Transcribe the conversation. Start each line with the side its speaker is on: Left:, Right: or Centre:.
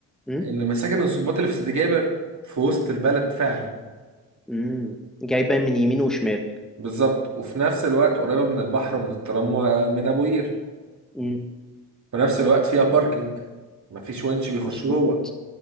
Centre: امم
Right: إن مساكن الضباط اللي في سيدي جابر في وسط البلد فعلا
Centre: امم جايبة من يمين وشمال
Right: بالظبط وفي نفس الوقت قريبة من البحر ومن الترام ومن أبو قير
Centre: امم
Right: في نفس الوقت فيها باركينج مفيش ونش بيخش
Centre: مظبوط
Right: جوه